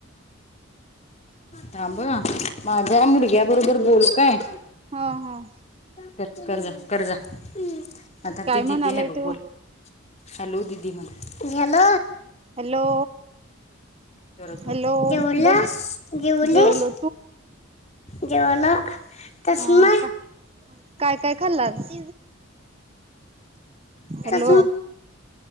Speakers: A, on the left; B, on the right.
A: थांब. माझ्या मुलग्या बरोबर बोल काय?
B: हा हा
A: कर कर जा, कर जा, हम्म आता
B: काय
A: ती दिदी
B: म्हणालाय
A: हाय बघ
B: तो
A: बोल हॅलो दिदी म्हण, हॅलो
B: हॅलो
A: जेवलास बोल
B: हॅलो
A: जेवलास,
B: बोल
A: जेवलीस.
B: जेवलो
A: जेवलो. चष्मा
B: हा हा, का? काय, काय खाल्लास?
A: <unintelligible> <unintelligible>
B: हॅलो
A: काय